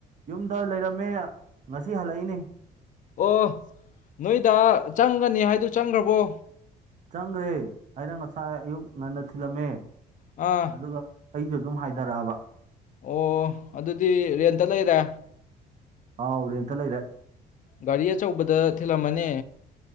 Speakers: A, on the right (about 45°); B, on the left (about 50°).
A: ꯌꯨꯝꯗ ꯂꯩꯔꯝꯃꯦ ꯉꯁꯤ ꯍꯜꯂꯛꯏꯅꯤ
B: ꯑꯣ ꯅꯣꯏꯗꯥ ꯆꯪꯒꯅꯤ ꯍꯥꯏꯗꯨ ꯆꯪꯒ꯭ꯔꯕꯣ
A: ꯆꯪꯒ꯭ꯔꯦ ꯑꯩꯅ ꯉꯁꯥꯏ ꯑꯌꯨꯛ ꯉꯟꯅ ꯊꯤꯜꯂꯝꯃꯦ
B: ꯑꯥ
A: ꯑꯗꯨꯒ ꯑꯩꯖꯨ ꯑꯗꯨꯝ ꯍꯥꯏꯗꯔꯛꯑꯕ
B: ꯑꯣ ꯑꯗꯨꯗꯤ ꯔꯦꯟꯇ ꯂꯩꯔꯦ
A: ꯑꯥꯎ ꯔꯦꯟꯇ ꯂꯩꯔꯦ
B: ꯒꯥꯔꯤ ꯑꯆꯧꯕꯗ ꯊꯤꯜꯂꯝꯃꯅꯤ